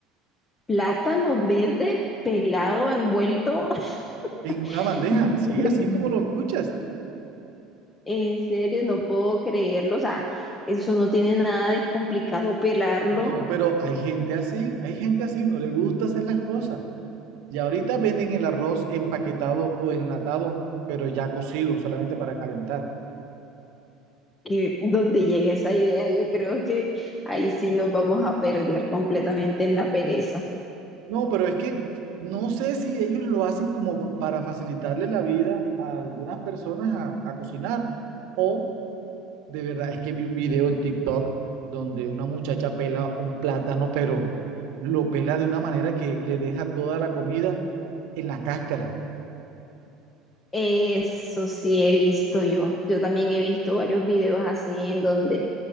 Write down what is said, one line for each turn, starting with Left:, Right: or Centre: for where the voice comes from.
Left: plátano verde pelado, envuelto.
Right: En una
Left: <laughs>
Right: bandeja, sí, así como lo escuchas.
Left: En serio, no puedo creerlo, o sea, eso no tiene nada de complicado pelarlo
Right: No, pero hay gente así, hay gente así, no le gusta hacer las cosas. Y ahorita venden el arroz empaquetado o enlatado, pero ya cocido, solamente para calentar.
Left: que donde llegue esa idea, yo creo que ahí sí nos vamos a perder completamente en la pereza.
Right: No, pero es que no sé si ellos lo hacen como pa- para facilitarle la vida a algunas personas a, a cocinar o de verdad, es que vi un video en TikTok donde una muchacha pela un plátano, pero lo pela de una manera que le deja toda la comida en la cáscara.
Left: Eso sí he visto yo. Yo también he visto varios videos así en donde